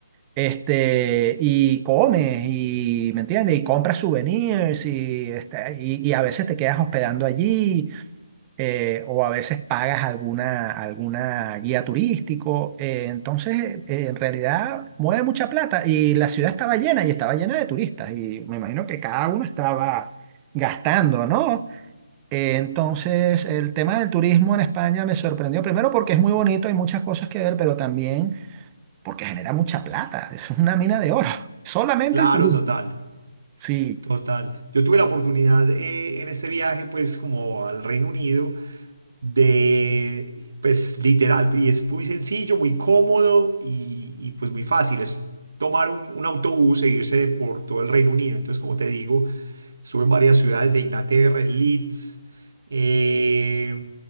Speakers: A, on the right; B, on the right.
A: Este, y comes, y, ¿me entiendes? Y compras souvenirs, y, este, y, y a veces te quedas hospedando allí, eh, o a veces pagas alguna, alguna guía turístico. Eh, entonces, eh, en realidad, mueve mucha plata. Y la ciudad estaba llena, y estaba llena de turistas, y me imagino que cada uno estaba gastando, ¿no? Eh, entonces, el tema del turismo en España me sorprendió, primero porque es muy bonito, hay muchas cosas que ver, pero también porque genera mucha plata. Eso es una mina de oro. Solamente
B: claro,
A: el turismo.
B: total,
A: Sí.
B: total. Yo tuve la oportunidad eh, en este viaje pues como al Reino Unido de, pues literal, y es muy sencillo, muy cómodo y, y, pues muy fácil. Es tomar un, un autobús e irse por todo el Reino Unido. Entonces, como te digo, Estuve en varias ciudades de Inglaterra, en Leeds, eh,